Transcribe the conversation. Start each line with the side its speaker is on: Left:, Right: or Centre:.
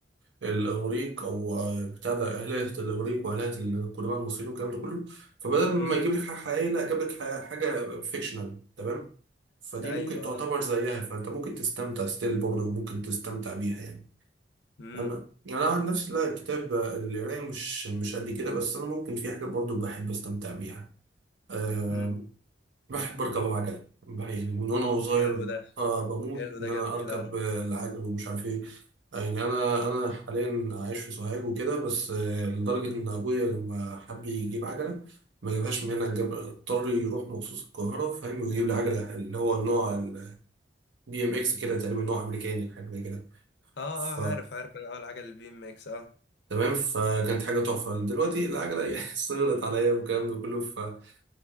Right: الاغريق او آه، بتاع ده اهليه الاغريق واهليه القدماء المصريين والكلام ده كله فبدل ما
Left: امم
Right: يجيب لك حاجه حقيقيه لا جاب لك ح- حاجه فيكشنال تمام فدي
Left: ايوه
Right: ممكن تعتبر زيها فانت ممكن تستمتع ستيل برضه وممكن تستمتع بيها يعني
Left: امم
Right: انا يعني انا عن نفسي لا الكتاب آه، القرايه مش مش قد كده بس انا ممكن في حاجات برضه بحب استمتع بيها أه
Left: امم
Right: بحب اركب العجل بح- يعني من وانا صغير
Left: حلو ده
Right: أه بموت
Left: حلو
Right: ان
Left: ده
Right: انا
Left: جميل
Right: اركب
Left: اه
Right: آه، العجل ومش عارف ايه يعني انا انا حاليا عايش في سوهاج وكده بس آه، لدرجه ان ابويا لما حب يجيب عجله ما جابهاش من هنا جاب اضطر يروح مخصوص القاهره فاهم ويجيب لي عجله اللي هو نوع البي ام اكس كده تقريبا نوع امريكاني حاجه زي كده
Left: اه
Right: ف
Left: آه، عارف عارف انا اول حاجه البي ام اكس اه
Right: تمام فكانت حاجه تحفه دلوقتي العجله <laughs> يعني صغرت عليا والكلام ده كله فممكن